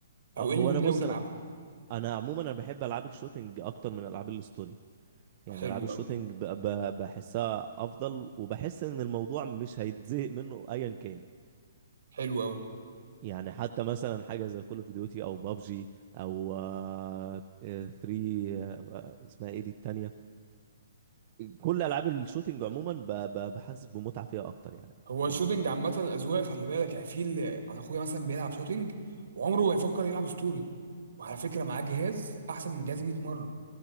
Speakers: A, on the right; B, on the right.
A: اه،
B: او
A: هو
B: ايه اللي
A: انا
B: ناوي
A: بص
B: تلعبها
A: انا انا عموما انا بحب العاب الشوتينج اكتر من العاب الستوري يعني
B: حلو
A: العاب الشوتينج
B: قوي
A: ب- ب- بحسها افضل وبحس ان الموضوع مش هيتزهق منه ايا كان
B: حلو قوي
A: يعني حتى مثلا حاجه زي كول اوف ديوتي او بابجي او آه، آه، فري آه، آه، اسمها ايه دي التانية كل العاب الشوتينج عموما ب- ب- بحس بمتعه فيها اكتر يعني
B: هو الشوتينج
A: إيه،
B: عامه اذواق خلي بالك يعني في اللي انا اخويا مثلا بيلعب شوتينج وعمره ما يفكر يلعب ستوري وعلى فكره معاه جهاز احسن من جهازي 100 مره